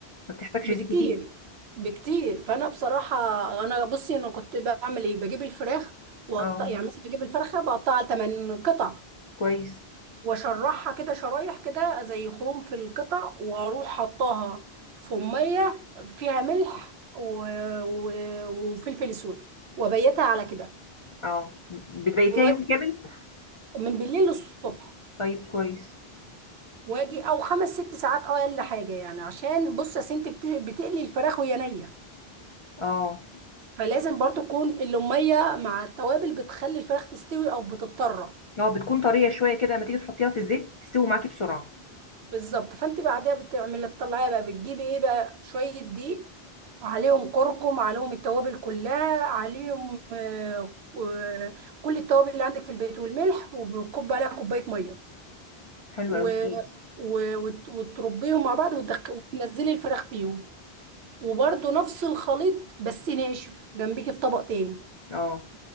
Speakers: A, on the left; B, on the right.
A: ما بتحتاجش
B: بكتير
A: زيت كتير
B: بكتير فانا بصراحة انا بصي انا كنت بعمل ايه بجيب الفراخ وقطع
A: اه
B: يعني مثلا بجيب الفرخة بقطعها لتمن قطع
A: كويس
B: واشرحها كده شرايح كده زي خروم في القطع واروح حطاها في مية فيها ملح و... و... وفلفل اسود وبيتها على كده
A: اه م- بتبيتيها
B: و-
A: يوم كامل
B: من بالليل للصبح
A: طيب كويس
B: واجي او خمس ست ساعات اه اقل حاجه يعني عشان بص يا سنت بت- بتقلي الفراخ وهي نيه
A: اه
B: فلازم برضو تكون اللوميه مع التوابل بتخلي الفراخ تستوي او بتضطر
A: اه بتكون طريه شويه كده لما تيجي تحطيها في الزيت تستوي معاكي بسرعه
B: بالظبط فانت بعدها بتعملي تطلعيها بقى بتجيبي ايه بقى شويه دقيق وعليهم كركم عليهم التوابل كلها عليهم آه، آه، كل التوابل اللي عندك في البيت والملح وبكب عليها كوبايه ميه
A: حلو
B: و...
A: قوي كويس
B: و... وت- وتربيهم مع بعض وتدخ... وتنزلي الفراخ فيهم وبرده نفس الخليط بس ناشف جنبيكي في طبق تاني
A: اه